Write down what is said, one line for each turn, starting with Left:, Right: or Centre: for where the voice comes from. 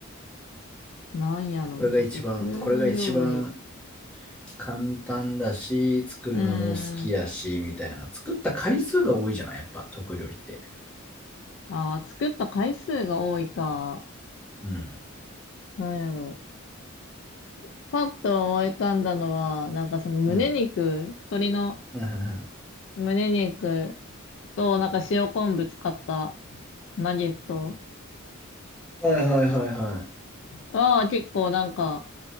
Left: ー、なんやろうな。
Centre: ん。これが一番、
Left: 得意料理。
Centre: これが一番簡単だし、作るのも好きやし、
Left: うーん。
Centre: みたいな。作った回数が多いじゃないやっぱ、得意料理って。
Left: ああ、作った回数が多いか。
Centre: うん。
Left: なんやろう。パッと思い浮かんだのは、なんかその胸肉、
Centre: うん。
Left: 鶏の
Centre: うん
Left: 胸肉と、なんか塩昆布使ったナゲット
Centre: はいはいはいはい。はいはいはいはい
Left: は結構なんか